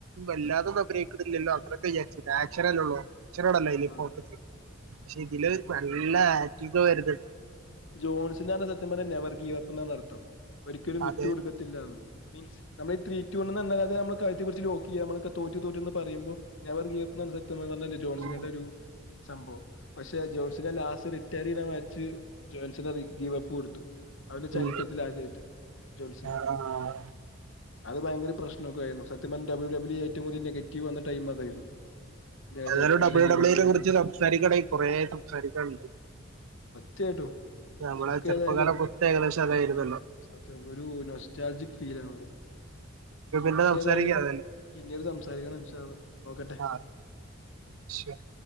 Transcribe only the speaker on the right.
വല്ലതൊന്നും അഭിനയിക്കടില്ലല്ലോ അത്ര ആക്ക്ഷനലള്ളോ ചെറോടല്ല ഇല്ല
ഫോക്കസ് പക്ഷെ ഇതിലെ നല്ല ആറ്റീവ വരുന്നുനോണ്ട്
അതെ
ഉം
ഉം
ആഹ് ആഹ്
എല്ലാരും
ഡബ്ല്യൂ
ഡബ്ല്യൂവിനെ
കുറിച്ച് സംസാരിക്കണങ്കിൽ കൊറെ സംസാരിക്കാനുണ്ട്.
നമ്മളെ
ചെറുപ്പകാലം മൊത്തം ഏകദേശം അതായിരുന്നല്ലോ
പിന്നെ
സംസാരിക്കാം ഏതായാലും
ആ ശരി